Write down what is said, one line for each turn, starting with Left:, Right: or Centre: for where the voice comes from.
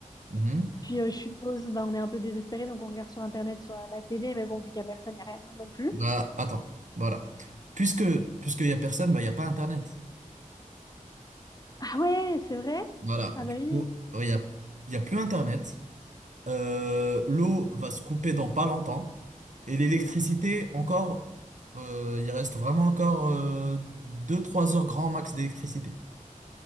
Right: Mhm.
Left: Puis euh, je suppose, bah, on est un peu désespéré, donc on regarde sur Internet, soit à la télé, mais bon, vu qu'il n'y a personne, il n'y a rien non plus.
Right: Bah, attends. Voilà. Puisque, puisqu'il n'y a personne, bah, il n'y a pas Internet.
Left: Ah ouais, c'est vrai?
Right: Voilà.
Left: Ah
Right: Du
Left: bah oui.
Right: coup, ouais, il n'y a, il y a plus Internet. Euh, l'eau va se couper dans pas longtemps. Et l'électricité, encore, euh, il reste vraiment encore euh, deux trois heures grand max d'électricité.